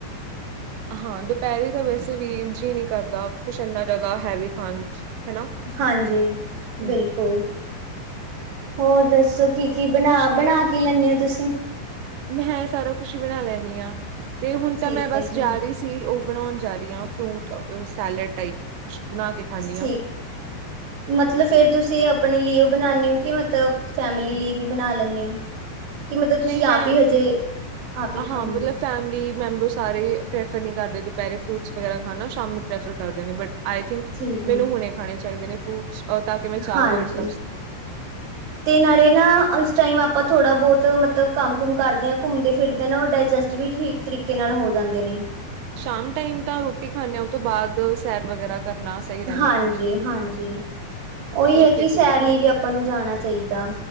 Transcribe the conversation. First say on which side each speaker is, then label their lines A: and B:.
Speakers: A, on the right (about 80°); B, on the right (about 60°).
A: ਹਾਂ ਦੁਪਹਿਰੇ ਤਾਂ ਵੈਸੇ ਵੀ ਜੀ ਨਹੀਂ ਕਰਦਾ ਕੁਛ ਇੰਨਾ ਜ਼ਿਆਦਾ ਹੈਵੀ ਖਾਣ ਚ ਹਨਾ
B: ਹਾਂਜੀ,
A: ਹਮ
B: ਬਿਲਕੁਲ ਹੋਰ ਦੱਸੋ ਕਿ? ਕੀ ਬਣਾ-
A: ਕੁਛ ਨੀ
B: ਬਣਾ ਕੀ ਲੈਂਣੇ ਓ ਤੁਸੀ।
A: ਮੈਂ ਸਾਰਾ ਕੁਛ ਬਣਾ ਲੈਂਣੀ ਹਾਂ ਤੇ ਹੁਣ
B: ਠੀਕ
A: ਤਾਂ ਮੈਂ ਬਸ
B: ਹੈ ਠੀਕ
A: ਜਾ ਰਹੀ ਸੀ। ਉਹ ਬਣਾਉਣ ਜਾ ਰਹੀ ਹਾਂ ਫਰੂਟ ਸੈਲਡ ਟਾਈਪ ਕੁਛ ਬਣਾ ਕੇ ਖਾਂਦੀ
B: ਠੀਕ
A: ਹਾਂ
B: ਮਤਲਬ ਫਿਰ ਤੁਸੀਂ ਆਪਣੇ ਲਈ ਉਹ ਬਣਾਣੇ ਓ ਕਿ ਮਤਲਬ ਫੈਮਿਲੀ ਲਈ ਵੀ ਬਣਾ ਲੈਂਣੇ ਹੋ ਕਿ ਮਤਲਬ ਤੁਸੀਂ
A: ਨਹੀਂ ਮੈਂ
B: ਆਪ ਹੀ ਹਜੇ ਆਪ ਹੀ ਖਾਂਣੇ
A: ਹਾਂ ਮਤਲਬ
B: ਹੋ
A: ਫੈਮਿਲੀ ਮੈਂਬਰ ਸਾਰੇ ਪ੍ਰੈਫਰ ਨੀ ਕਰਦੇ ਦੁਪਹਿਰੇ ਫਰੂਟਸ ਵਗੈਰਾ ਖਾਣਾ ਸ਼ਾਮ ਨੂੰ ਪ੍ਰੈਫਰ ਕਰਦੇ ਨੇ ਬਟ ਆਈ ਥਿੰਕ
B: ਠੀਕ ਹੈ
A: ਮੈਨੂੰ ਹੁਣੇ ਖਾਣੇ ਚਾਹੀਦੇ ਨੇ ਫਰੂਟਸ ਤਾਂ ਕਿ ਮੈਂ ਚਾਹ
B: ਹਾਂਜੀ।
A: ਅਵੋਇਡ ਕਰ ਸਕਾਂ
B: ਤੇ ਨਾਲ਼ੇ ਨਾ ਉਸ ਟਾਈਮ ਆਪਾਂ ਥੋੜ੍ਹਾ ਬਹੁਤ ਮਤਲਬ ਕੰਮ- ਕੁਮ ਕਰਦੇ ਆ ਘੁੰਮਦੇ ਫਿਰਦੇ ਨਾ, ਉਹ ਡਾਇਜਸਟ ਵੀ ਠੀਕ ਤਰੀਕੇ ਨਾਲ ਹੋ ਜਾਂਦੇ ਨੇ
A: ਸ਼ਾਮ ਟਾਈਮ ਤਾਂ ਰੋਟੀ ਖਾਣੇ ਆ ਉਹ ਤੋਂ ਬਾਅਦ ਸੈਰ ਵਗੈਰਾ ਕਰਨਾ ਸਹੀ ਰਹਿੰਦਾ।
B: ਹਾਂਜੀ- ਹਾਂਜੀ, ਓਹੀ
A: ਠੀਕ
B: ਐ ਕਿ
A: ਹੈ ਚਲੋ
B: ਸੈਰ ਲਈ ਵੀ ਆਪਾਂ ਨੂੰ ਜਾਣਾ ਚਾਹੀਦਾ।